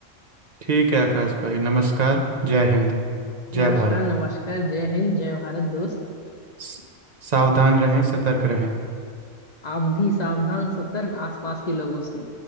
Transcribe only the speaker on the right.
ठीक है आकाश भाई नमस्कार जय हिंद जय
भारत
स- सावधान रहें सतर्क रहें